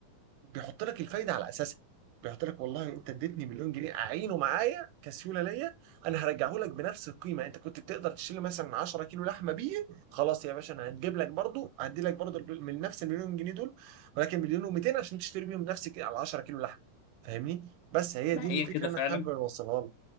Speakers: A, on the right; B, on the left.
A: بيحط لك الفايده على اساسها بيحط لك والله انت اديتني مليون جنيه اعينه معايا كسيوله ليا انا هرجعه لك بنفس القيمه انت كنت بتقدر تشيل مثلا 10 كيلو لحمه بيه خلاص يا باشا انا هجيب لك برضو هدي لك برضو من نفس المليون جنيه دول ولكن مليون و200 عشان تشتري بيهم نفسك على 10 كيلو لحمه فاهمني بس هي
B: ما
A: دي الفكره
B: هي كده
A: اللي
B: فعلا
A: انا حابب اوصلها لك